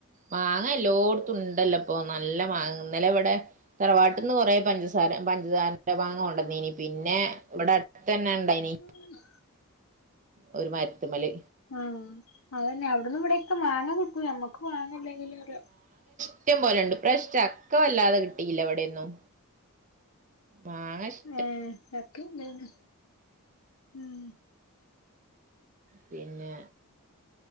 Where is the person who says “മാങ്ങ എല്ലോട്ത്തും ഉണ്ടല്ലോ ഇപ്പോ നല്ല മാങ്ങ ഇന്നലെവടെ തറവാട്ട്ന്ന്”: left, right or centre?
Right